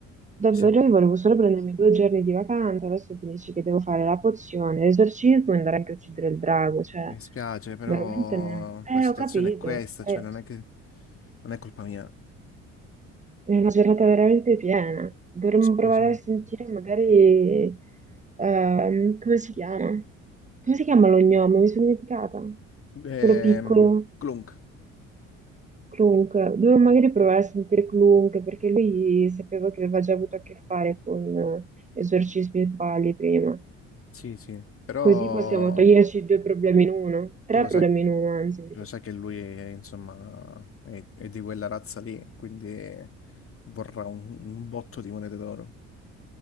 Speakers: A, on the right (about 20°); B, on the left (about 35°).
A: Davvero,
B: Mi, sem-
A: io volevo solo prendermi due giorni di vacanza, adesso finisce che devo fare la pozione, l'esorcismo e andare anche a uccidere il drago, cioè,
B: mi spiace, però
A: veramente non... Eh,
B: la situazione
A: ho capito,
B: è questa,
A: è
B: cioè non è che... non è colpa mia,
A: è una giornata veramente piena. Dovremmo
B: scusami.
A: provare a sentire magari... ehm, come si chiama? Come si chiama lo gnomo? Mi sono dimenticata.
B: Ehm,
A: Quello piccolo.
B: Clunk,
A: Clunk, dovevo magari provare a sentire Clunk perché lui sapevo che aveva già avuto a che fare con eh, esorcismi e falli prima.
B: sì, sì, però
A: Così possiamo toglierci due problemi in uno, tre
B: tu lo
A: problemi
B: sai.
A: in uno, anzi. Perché-
B: Lo sai che lui, è, insomma, è, è di quella razza lì, quindi vorrà un, un botto di monete d'oro.